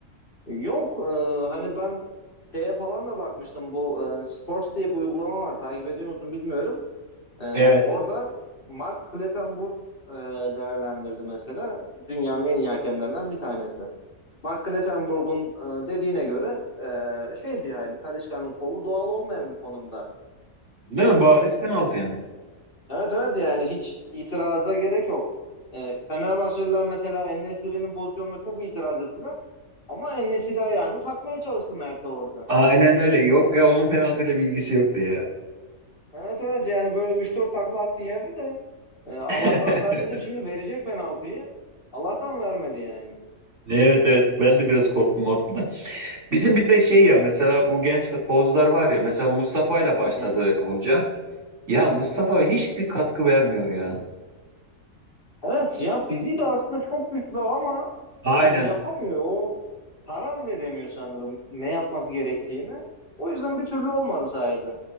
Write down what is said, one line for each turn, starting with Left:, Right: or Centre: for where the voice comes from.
Left: Yok e, hani ben şeye falan da bakmıştım. Bu e, Sports diye bir uygulama var. Takip ediyor musun bilmiyorum. Ee,
Right: Evet.
Left: orada Mark Clattenburg e, değerlendirdi mesela. Dünyanın en iyi hakemlerinden bir tanesi. Mark Clattenburg'un e, dediğine göre e, şeydi yani Talisca'nın kolu doğal olmayan bir konumda.
Right: Değil mi? Bariz penaltı yani.
Left: Evet evet yani hiç itiraza gerek yok. E, Fenerbahçeliler mesela En-Nesyri'nin pozisyonuna çok itiraz ettiler. Ama En-Nesyri ayağını takmaya çalıştı Mert'e orada.
Right: Aynen öyle. Yok ya onun penaltıyla bir ilgisi yoktu ya.
Left: Evet evet yani böyle üç dört takla attı yerde de e, Allah'tan
Right: <laughs>
Left: ben dedim şimdi verecek penaltıyı. Allah'tan vermedi yani.
Right: Evet evet ben de biraz korktum orada da. Bizim bir de şey ya mesela bu genç futbolcular var ya mesela Mustafa ile başladı
Left: Hı hı.
Right: hoca. Ya Mustafa hiçbir katkı vermiyor ya.
Left: Evet ya fiziği de aslında çok güçlü ama
Right: Aynen.
Left: yani yapamıyor. O karar veremiyor sanırım ne yapması gerektiğini. O yüzden bir türlü olmadı sahiden.